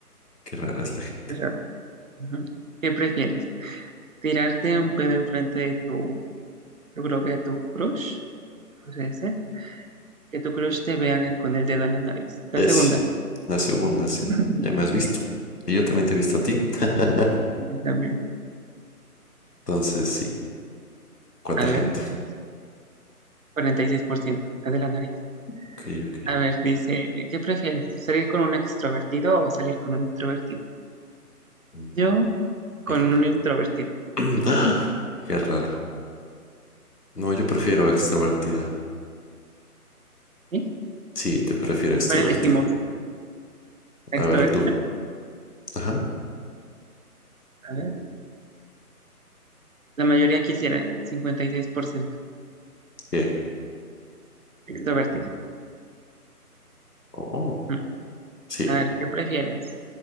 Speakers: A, on the left (about 85°); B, on the right (about 60°).
A: Qué rara es la gente.
B: Qué raro. Ujú. ¿Qué prefieres? ¿Tirarte un pedo enfrente de tu, yo creo que de tu crush? Podría ser que tu crush te vea con el dedo en la nariz. La
A: Es
B: segunda.
A: la segunda, sí.
B: <laughs>
A: Ya me has visto.
B: Sí,
A: Y yo también te he visto a ti. <laughs>
B: sí, también.
A: Entonces, sí. ¿Cuánta
B: A
A: gente?
B: ver, vamos. 46%, la de la nariz.
A: Ok, ok.
B: A ver, dice, ¿qué prefieres? ¿Salir con un extrovertido o salir con un introvertido?
A: Mm.
B: Yo, con
A: Híjole.
B: un introvertido.
A: <clears throat>
B: Yo.
A: ¡Ah! Qué raro. No, yo prefiero extrovertida.
B: ¿Sí?
A: Sí, te prefiero extrovertida.
B: ¿Cuál elegimos? ¿La
A: A
B: ¿Extrovertido?
A: ver tú. Ajá.
B: A ver, la mayoría quisiera, 56%,
A: ¿Qué?
B: extrovertido.
A: Oh,
B: Ujú.
A: sí.
B: A ver, ¿qué prefieres?